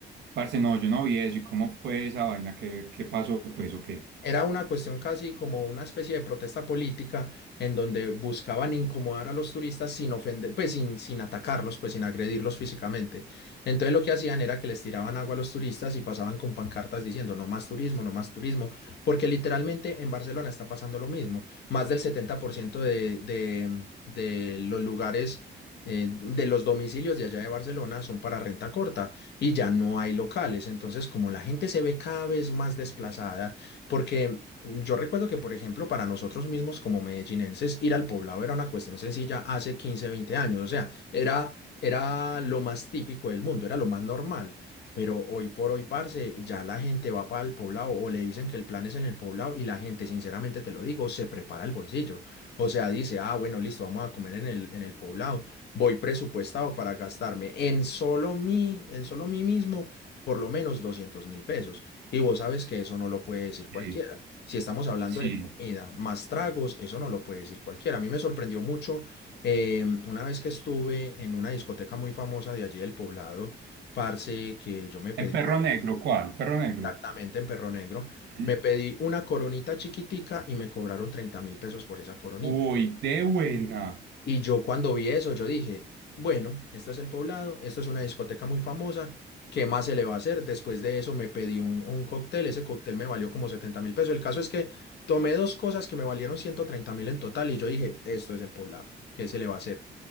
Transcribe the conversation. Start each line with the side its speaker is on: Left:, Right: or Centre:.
Right: Parce, no, yo no vi eso. ¿Y cómo fue esa vaina? ¿Qué, qué pasó? Pues, ¿o qué?
Left: Era una cuestión casi como una especie de protesta política en donde buscaban incomodar a los turistas sin ofender, pues sin, sin atacarlos, pues sin agredirlos físicamente. Entonces lo que hacían era que les tiraban agua a los turistas y pasaban con pancartas diciendo no más turismo, no más turismo, porque literalmente en Barcelona está pasando lo mismo. Más del 70% de, de, de los lugares eh, de los domicilios de allá de Barcelona son para renta corta y ya no hay locales. Entonces, como la gente se ve cada vez más desplazada, porque yo recuerdo que, por ejemplo, para nosotros mismos como medellinenses, ir al poblado era una cuestión sencilla hace 15 20 años. O sea, era, era lo más típico del mundo, era lo más normal. Pero hoy por hoy, parce, ya la gente va para el poblado o le dicen que el plan es en el poblado y la gente, sinceramente te lo digo, se prepara el bolsillo. O sea, dice, ah, bueno, listo, vamos a comer en el, en el poblado. Voy presupuestado para gastarme en solo mí, en solo mí mismo, por lo menos doscientos mil pesos. Y vos sabes que eso no lo puede decir cualquiera.
Right: Sí,
Left: Si estamos hablando
Right: sí.
Left: de comida más tragos, eso no lo puede decir cualquiera. A mí me sorprendió mucho eh, una vez que estuve en una discoteca muy famosa de allí del Poblado, parce, que yo me pedí
Right: ¿En Perro
Left: una-
Right: Negro? ¿Cuál? ¿Perro Negro?
Left: exactamente en Perro Negro,
Right: Ujú.
Left: me pedí una coronita chiquitica y me cobraron treinta mil pesos por esa coronita.
Right: Uy, de buena.
Left: Y yo cuando vi eso, yo dije, bueno, esto es El Poblado, esto es una discoteca muy famosa, ¿qué más se le va a hacer? Después de eso me pedí un, un cóctel, ese cóctel me valió como setenta mil pesos. El caso es que tomé dos cosas que me valieron ciento treinta mil en total y yo dije, esto es El Poblado, ¿qué se le va a hacer?